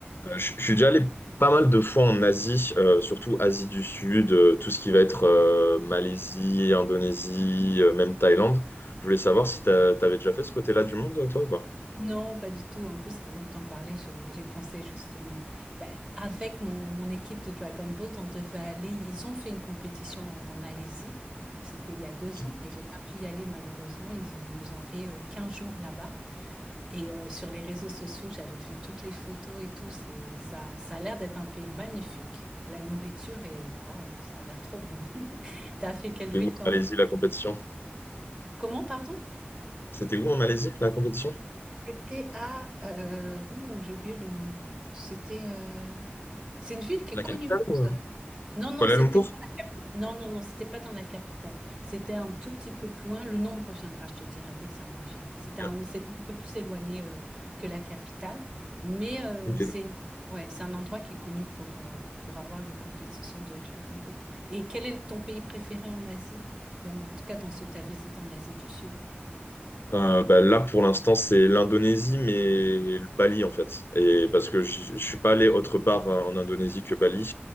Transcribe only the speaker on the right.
Non, pas du tout. En plus, pendant que tu en parlais, je- j'ai pensé justement. Ben, avec mon, mon équipe de Dragon Boat, on devait aller. Ils ont fait une compétition en, en Malaisie. C'était il y a deux
ans et j'ai pas pu y aller malheureusement. Ils ont, ils ont fait euh, 15 jours là-bas. Et euh, sur les réseaux sociaux, j'avais vu toutes les photos et tout. C'est, ça, ça a l'air d'être un pays magnifique. Et la nourriture est, waouh, ça a l'air trop bon. <laughs> T'as fait quelle ville
toi
en Malaisie?
Comment, pardon?
C'était à... Euh, ouh, j'ai oublié le nom. C'était... euh, C'est une ville qui
est connue.
Non, non,
c'était
pas... Non, non, non, c'était pas dans la capitale. C'était un tout petit peu plus loin. Le nom me reviendra, je te dirai, dès que ça me revient. C'était
un, c'était un peu plus éloigné euh, que la capitale. Mais euh,
c'est une- ouais, c'est un endroit qui est connu pour, euh, pour avoir les compétitions de Dragon Boat. Et quel est ton pays préféré en Asie? Dans- en tout cas, dans ceux que tu as visités en Asie du Sud.